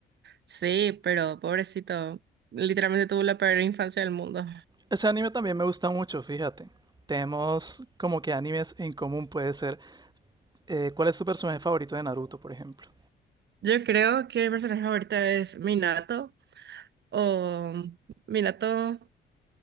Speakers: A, on the right; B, on the right.
A: sí, pero pobrecito, literalmente tuvo la peor infancia del mundo.
B: Ese anime también me gusta mucho, fíjate. Tenemos como que animes en común puede ser. eh, ¿cuál es tu personaje favorito de Naruto, por ejemplo?
A: Yo creo que mi personaje ahorita es Minato o Minato.